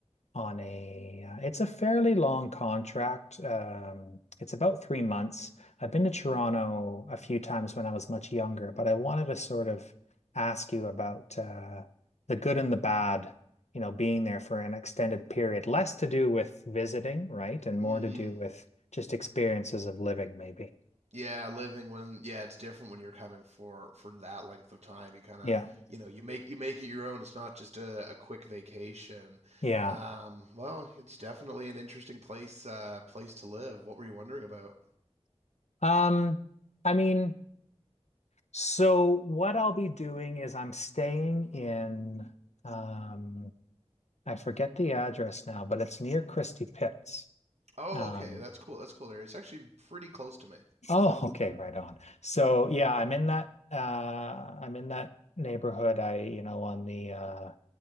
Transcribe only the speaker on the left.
on a, uh, it's a fairly long contract. Um, it's about three months. I've been to Toronto a few times when I was much younger, but I wanted to sort of ask you about uh, the good and the bad, you know, being there for an extended period. Less to do with visiting, right? And more
to do with just experiences of living, maybe.
Yeah.
Yeah.
Um, I mean, so what I'll be doing is I'm staying in um I forget the address now, but it's near Christie Pitts.
Um
oh, okay, right on. So yeah, I'm in that uh I'm in that neighborhood. I, you know, on the uh